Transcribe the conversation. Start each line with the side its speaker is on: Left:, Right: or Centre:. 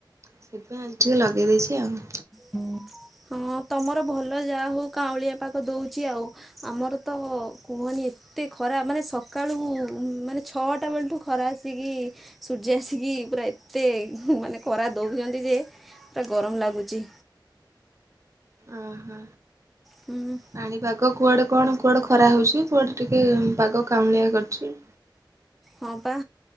Right: ସେଥିପାଇଁ ଆଜି ଟିକେ ଲଗେଇ ଦେଇେଇଛି ଆଉ।
Centre: ହ ହଁ ତମର ଭଲ ଯାହା ହଉ କାଉଁଳିଆ ପାଖ ଦଉଛି ଆଉ। ଆମର ତ କୁହନି ଏତେ ଖରା ମାନେ ସକାଳୁ ମାନେ ଛଅଟା ବେଳଠୁ ଖରା ଆସିକି ସୂର୍ଯ୍ୟ ଆସିକି ପୁରା ଏତେ ମାନେ କର ଦଉଛନ୍ତି ଯେ ପା ଗରମ ଲାଗୁଛି।
Right: ଓହୋ।
Centre: ହୁଁ।
Right: ପାଣି ପାଗ କୁଆଡେ କଣ କୁଆଡେ ଖରା ହଉଛି କୁଆଡେ ଟିକେ ପାଗ କାଉଁଳିଆ କରୁଛି।
Centre: ହଁ ପା।